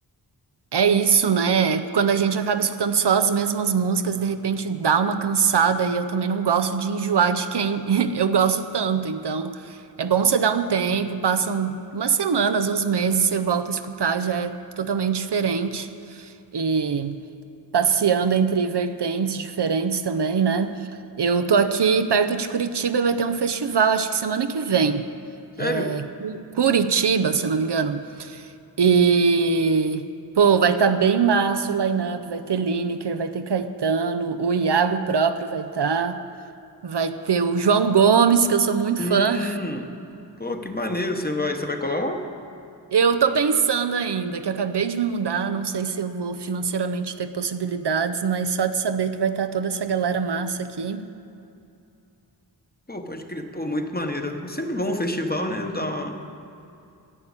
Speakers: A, on the right; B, on the left.
A: É isso, né? Quando a gente acaba escutando só as mesmas músicas, de repente dá uma cansada e eu também não gosto de enjoar de quem <laughs> eu gosto tanto. Então, é bom você dar um tempo, passam umas semanas, uns meses, você volta a escutar, já é totalmente diferente. E passeando entre vertentes diferentes também, né? Eu tô aqui perto de Curitiba e vai ter um festival, acho que semana que vem.
B: Sério?
A: É, Cu- Curitiba, se eu não me engano. E, pô, vai estar bem massa o line-up. Vai ter Lineker, vai ter Caetano, o Iago próprio vai estar. Vai ter o João Gomes, que eu sou muito
B: Hum.
A: fã.
B: Pô, que maneiro, você vai, você vai colar lá?
A: Eu tô pensando ainda, que eu acabei de me mudar, não sei se eu vou financeiramente ter possibilidades, mas só de saber que vai estar toda essa galera massa aqui.
B: Pô, pode crer, pô, muito maneiro. É sempre bom um festival, né? Dá uma-